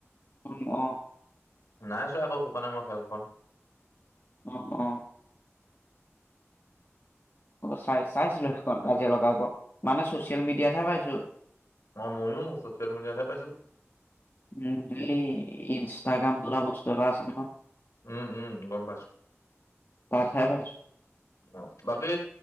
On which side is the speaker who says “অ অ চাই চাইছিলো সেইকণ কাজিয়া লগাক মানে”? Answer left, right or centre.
Left